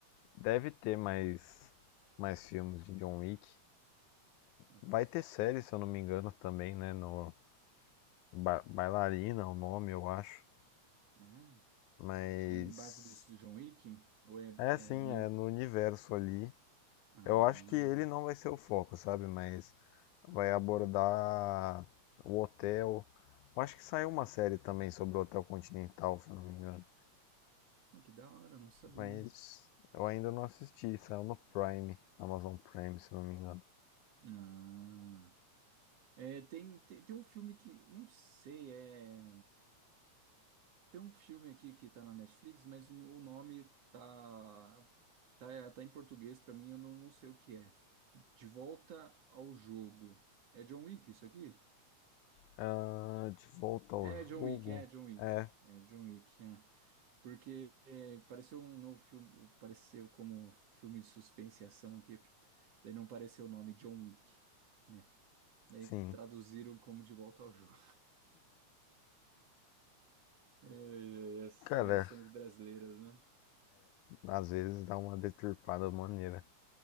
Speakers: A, on the left (about 85°); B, on the right (about 60°).
A: deve ter mais, mais filmes de John Wick.
B: Ah,
A: Vai
B: cons...
A: ter série, se eu não me engano, também, né? No Ba- Bailarina, é o nome, eu acho.
B: ah,
A: Mas
B: é em base do John Wick? Ou é,
A: é assim,
B: é meio
A: é no
B: que.
A: universo ali.
B: Ah,
A: Eu acho que ele não vai ser o foco, sabe? Mas vai
B: uhum.
A: abordar o hotel. Eu acho que saiu uma série também sobre o Hotel Continental, se eu não me engano.
B: Oh, que da hora, não sabia.
A: Mas eu ainda não assisti, saiu no Prime, Amazon Prime, se eu não me engano.
B: Ah. É, tem, tem, tem um filme que, não sei, é, tem um filme aqui que tá na Netflix, mas o, o nome tá, tá, tá em português pra mim, eu não, não sei o que é. De Volta ao Jogo. É John Wick isso aqui?
A: Ah, de volta ao
B: É
A: jogo?
B: John Wick, é John Wick.
A: É,
B: É John Wick, é. Porque é, pareceu um novo filme, pareceu como um filme de suspense e ação aqui, daí não pareceu o nome John Wick, né? Daí
A: sim.
B: traduziram como De Volta ao Jogo. Ai, ai, As
A: Cara,
B: traduções brasileiras, né?
A: às vezes dá uma deturpada maneira.